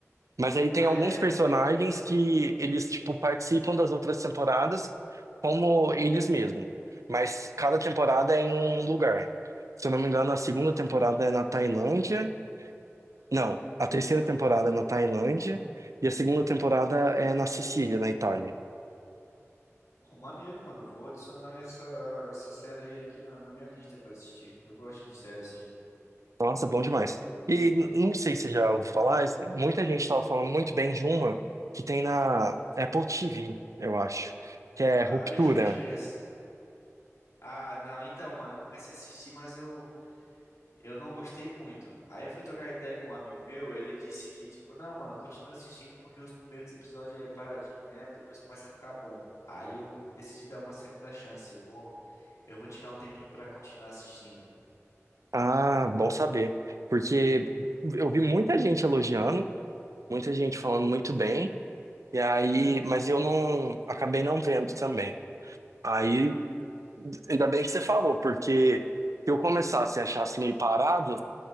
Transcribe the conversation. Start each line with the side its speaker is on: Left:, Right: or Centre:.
Right: Mas aí tem
Left: Ah,
Right: alguns
Left: ela
Right: personagens
Left: é.
Right: que eles, tipo, participam das outras temporadas como eles mesmos. Mas cada temporada é em um lugar. Se eu não me engano, a segunda temporada é na Tailândia. Não, a terceira temporada é na Tailândia. E a segunda temporada é na Sicília, na Itália.
Left: Pô, maneiro, mano. Vou adicionar essa, essa série aí aqui na, na minha lista pra assistir. Eu gosto de série assim.
Right: Nossa, bom demais. E n- não sei se já ouviu falar, mas muita gente estava falando muito bem de uma que tem na Apple TV, eu acho, que é
Left: Ah,
Right: Ruptura.
Left: eu É, já- acho que eu já. Ah, não, então, mano, eu comecei a assistir, mas eu, eu não gostei muito. Aí eu fui trocar ideia com um amigo meu, ele disse que, tipo, não, mano, continua assistindo porque os primeiros episódios é paradinho mesmo, depois começa a ficar bom. Aí eu decidi dar uma segunda chance. Eu vou, eu vou tirar um tempinho pra continuar assistindo.
Right: Ah, bom saber. Porque eu vi muita gente elogiando, muita gente falando muito bem, e aí, mas eu não acabei não vendo também. Aí, ainda bem que você falou, porque se eu começasse e achasse meio parado,